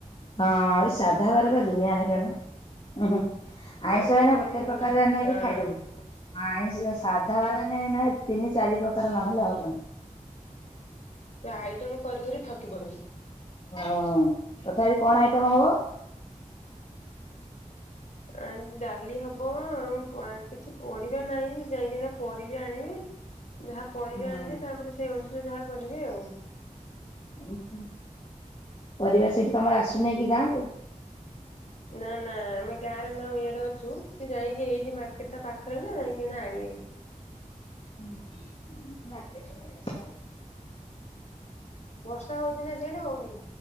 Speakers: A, on the left; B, on the left.
A: ହଁ ଏଇ ସାଧା ବାରେ ବା ଦୁନିଆ ହଇରାଣ। ଉୁଁ ହୁଁ ଆଇଁଷ
B: ଆଇଟମ
A: ହେନେ
B: କରିକିରି
A: ଗୋଟେ ପ୍ରକାର ହେନେ
B: ହଁ
A: ବି ଖାଇଦବୁ ଆଇଁଷ ସାଧା ତାର ଏନେ ଏଇନା ତିନି ଚାରି ପ୍ରକାର ନହେଲେ ହବନି।
B: ତୁ ଆଇଟମ୍ କରିିକରି ଥକି ପଡିବୁ।
A: ହଁ ତଥାପି କଣ ଆଇଟମ୍ ହବ?
B: ଆ ଡାଲି ହବ ଆଉ ପ କିଛି ପରିବା ନାହିଁ ଯାଇଁକିନା ପରିବା ଆଣିବେ ଯାହା ପରିବା
A: ହୁଁ।
B: ଆନେ ତାପରେ ସେଇ ଅନୁସାରେ ଯାହା କରିବେ ଆଉ।
A: ଉଁ ହୁଁ ପରିବା ସେଇଠି ତମର ଆସୁନେଇ କି ଗାଁକୁ?
B: ନା ନା ଆମେ ଗାଁରେ ନାହୁ ଇଆଡେ ଅଛୁ ସେ ଯାଇଁକି ଏଇନି ମାର୍କେଟ ଟା ପାଖରେ ନା ଯାଇକି ଏନା ଆଣିବେ।
A: ହୁଁ ହୁଁ ମାର୍କେଟରୁ ନେଇ ଆସିବ।
B: ବର୍ଷା ହଉଚି ନା ସିଆଡେ ହଉନି?